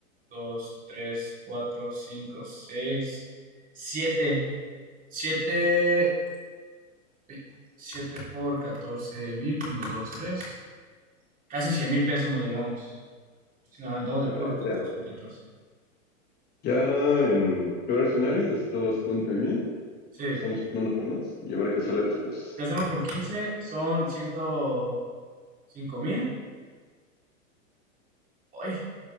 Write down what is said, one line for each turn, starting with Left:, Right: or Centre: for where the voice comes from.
Right: dos tres cuatro cinco seis siete siete Ey, 7 por 14 mil, uno dos tres Casi 100 mil pesos nos llevamos. Si nos aventamos
Left: O
Right: de
Left: sea,
Right: puro catorce
Left: ya,
Right: y 14.
Left: ya en peor escenario está bastante bien.
Right: Sí.
Left: Estamos apuntando por más y a ver qué sale después.
Right: Si hacemos por 15 son ciento cinco mil. ¡Ay!